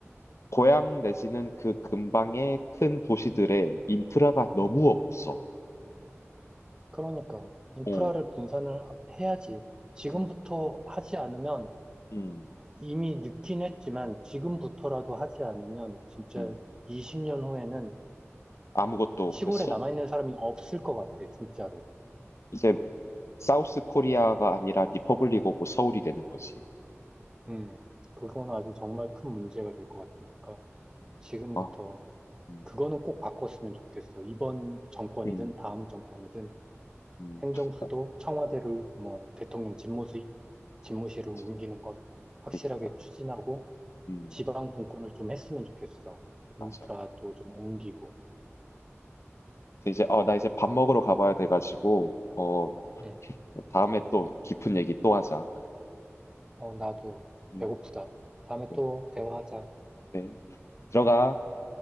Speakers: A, on the left; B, on the right.
A: 고향 내지는 그 근방의 큰 도시들의 인프라가 너무 없어.
B: 그러니까 인프라를
A: 어,
B: 분산을 하- 해야지. 지금부터
A: 음,
B: 하지 않으면
A: 음,
B: 이미 늦긴 했지만 지금부터라도 하지 않으면 진짜
A: 음.
B: 20년 후에는
A: 아무것도
B: 시골에
A: 그 서,
B: 남아있는 사람이 없을 것 같아, 진짜로.
A: 이제 사우스 코리아가 아니라 리퍼블릭 오브 서울이 되는 거지.
B: 음, 그건 아주 정말 큰 문제가 될 것 같으니까
A: 음,
B: 지금부터
A: 아, 음,
B: 그거는 꼭 바꿨으면 좋겠어. 이번 정권이든
A: 음,
B: 다음 정권이든
A: 음.
B: 행정수도
A: 아,
B: 청와대를 뭐 대통령 집무실, 집무실을
A: 그치.
B: 옮기는 건 확실하게
A: 그러니까,
B: 추진하고
A: 음,
B: 지방 분권을 좀 했으면 좋겠어. 인프라도
A: 맞아.
B: 좀 옮기고.
A: 그래서 이제 어, 나 이제 밥 먹으러 가봐야 돼가지고 어
B: 응.
A: 다음에 또 깊은 얘기 또 하자.
B: 어, 나도
A: 음,
B: 배고프다. 다음에
A: 네.
B: 또 대화하자.
A: 네. 들어가.